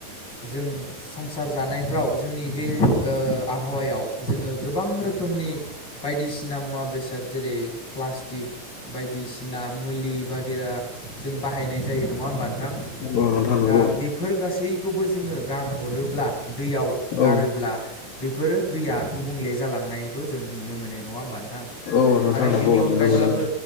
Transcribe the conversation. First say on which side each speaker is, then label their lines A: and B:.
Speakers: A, on the left; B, on the left.
A: जों संसार जानायफ्राव जोंनि बे ओ आबहावायाव जोङो गोबां रोखोम रोखोमनि बायदिसिना मुवा बेसाद जेरै -प्लास्टिक बायदिसिना मुलि बागेरा जों बाहायनाय जायो नङा होमबा नोंथां?
B: औ नोंथां नंगौ
A: दा बेफोर गासैखौबो जोङो गारह'रोब्ला दैयाव
B: औ
A: गारोब्ला बे बेफोर दैया गुबुंले जालांनायबो जों नुनो मोनो नङा होमबा नोंथां?
B: औ नोंथां
A: आरो
B: नंगौ
A: बेनि अनगायैब्लाबो
B: नुनो मोनो